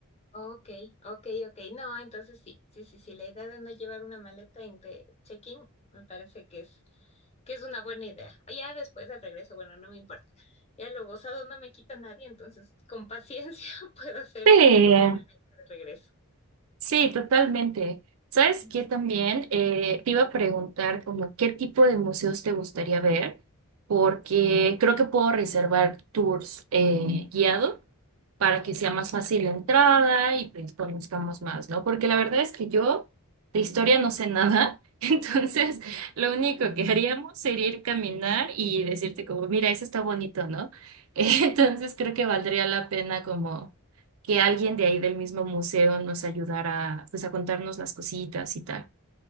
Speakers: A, on the left; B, on the right.
A: Ok, ok, ok. No, entonces sí, sí, sí, sí. La idea de no llevar una maleta en de check-in me parece que es, que es una buena idea. Ah, Ya después del regreso, bueno, no me importa. Ya lo gozado no me quita nadie, entonces con paciencia <laughs> puedo hacer
B: Sí.
A: check-in de regreso.
B: Sí, totalmente. ¿Sabes
A: Mm,
B: qué también? Eh, te iba a preguntar como qué tipo de museos te gustaría ver, porque creo que puedo reservar tours eh, guiado para
A: ¿Ya?
B: que sea más fácil la entrada y pues conozcamos más, ¿no? Porque la verdad es que yo de historia no sé nada, <laughs> entonces lo único que haríamos sería ir caminar y decirte como, mira, eso está bonito, ¿no? <laughs> Entonces creo que valdría la pena como que alguien de ahí del mismo museo nos ayudara pues a contarnos las cositas y tal.